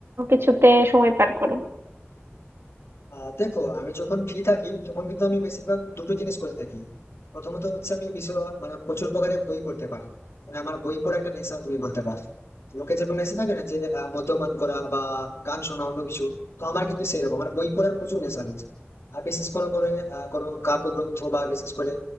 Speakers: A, on the right (about 65°); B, on the left (about 75°).
A: কিছুতে সময় পার করো
B: আহ দেখো আমি যখন ফ্রি থাকি তখন কিন্তু আমি বেশিরভাগ দুটো জিনিস করে থাকি প্রথমত হচ্ছে আমি বিষয় মানে প্রচুর প্রকারের বই পড়তে পারি মানে আমার বই পড়া একটা নেশা তুমি বলতে পারো লোকে যেরকম নেশা থাকে না যে আহ, মদ্যপান করা বা গান শোনা অন্য কিছু তো আমার কিন্তু সেরকম আমার বই পড়ার প্রচুর নেশা রয়েছে আর বিশেষ করে করে আহ, কোনো কাব্যগ্রন্থ বা বিশেষ করে